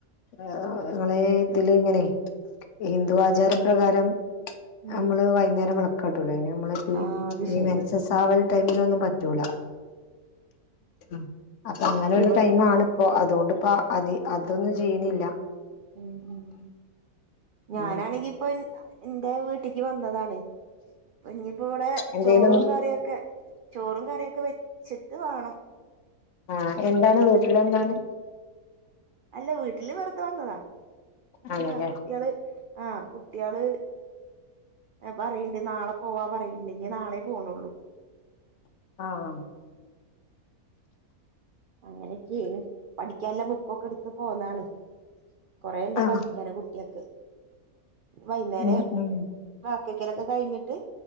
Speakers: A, on the left (about 65°); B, on the right (about 85°).
A: ഏഹ് ഇങ്ങളെ ഇതില് ഇങ്ങനെയ് ഹിന്ദു ആചാരപ്രകാരം
B: ഉം
A: നമ്മള് വൈന്നേരം വളക്കാട്ടുലെ ഇനി നമ്മള്
B: ആഹ് അത്
A: ഈ
B: ശരിയാ
A: മെൻസസാവൽ ടൈമിലൊന്നും പറ്റൂല ഉം അപ്പോ അങ്ങനെ ഒരു
B: ഇവ
A: ടൈമ് ആണ് ഇപ്പോ അതുകൊണ്ട് ഇപ്പ അത് അതൊന്നും ചെയ്യ്ണില്ല
B: ഉം ഉം ഉം ഞാനാണെങ്കി
A: ഉം
B: ഇപ്പം ഇന്റെ വീട്ട്ക്ക് വന്നതാണ് ഇപ്പ ഇഞ്ഞിയിപ്പോ ഇവിടെ
A: എന്തേലും
B: ചോറും കറിയൊക്കെ ചോറും കറിയൊക്കെ വെച്ചിട്ട് വാണം
A: ആഹ് എന്താണ് വീട്ടില് എന്താണ്
B: അല്ല വീട്ടില് വെറുതെ വന്നതാ ഇന്ന്താ
A: ആണല്ലേ
B: കുട്ട്യോള് ആ കുട്ട്യോള് പറയിണ്ട് നാളെ പോവാ പറയിണ്ട് ഇനി നാളെ പോണുള്ളൂ
A: ആഹ്
B: അങ്ങനെ ക്കേണ് പഠിക്കാള്ള ബുക്കൊക്കെ എടുത്ത് പോന്നാണ് കൊറെ
A: ആഹ്
B: പഠിക്കാണ്ട് കുട്ട്യോൾക്ക് വൈന്നേരം
A: ഉം ഉം
B: ബാക്കിയൊക്കെല് കഴിഞ്ഞിട്ട്